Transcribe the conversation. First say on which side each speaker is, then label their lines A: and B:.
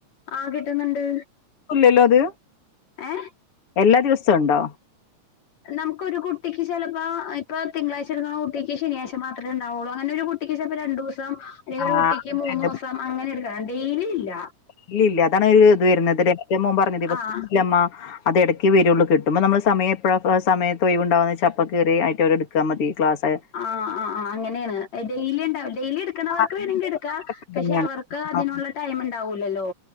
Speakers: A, on the left (about 65°); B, on the left (about 50°).
A: ആഹ് കിട്ടുന്നുണ്ട്
B: ല്ലോ അത്
A: ഏഹ്
B: എല്ലാ ദിവസവും ഉണ്ടോ
A: നമുക്ക് ഒരു കുട്ടിക്ക് ചിലപ്പോ ഇപ്പൊ തിങ്കളാഴ്ച ഇരിക്കുന്ന കുട്ടിക്ക് ശനാഴ്ച മാത്രമേണ്ടാവുള്ളു അങ്ങനെ ഒരു കു കുട്ടിക്ക് ചപ്പോം രണ്ടു ദിവസം അല്ലെങ്കിൽ
B: ആഹ്
A: ഒരു കുട്ടിക്ക്
B: അങ്ങനെയുണ്ട്
A: മൂന്ന് ദിവസം അങ്ങനെ എടുക്കണം ഡെയിലി ഇല്ല
B: ഇല്ല ഇല്ല അതാണ് ഒരു ഇത് വരുന്നത് ന്റെ മോൻ പറഞ്ഞ ദിവസംല്ലമ്മ
A: ആഹ്
B: അത് എടയ്‌ക്കേ വരുള്ളൂ കിട്ടുമ്പോൾ നമ്മൾ സമയം പ്പഴപ്പഴോ സമയത്ത് ഒഴിവുണ്ടാവുന്ന് വെച്ച അപ്പൊ കേറി അവരെടുത്താൽ മതി ക്ലാസ്
A: ആ ആ ആ അങ്ങനെയാണ് ഡെയിലി ഉണ്ടാവോ ഡെയിലി ഇട് ണവർക്ക്
B: ആ,
A: വേണെങ്കി
B: ഇത്
A: ഇടുക്കാ പക്ഷെ
B: തന്നെയാണ്
A: അവർക്ക് അതിനുള്ള
B: ആ
A: ടൈം ഉണ്ടാവൂലല്ലോ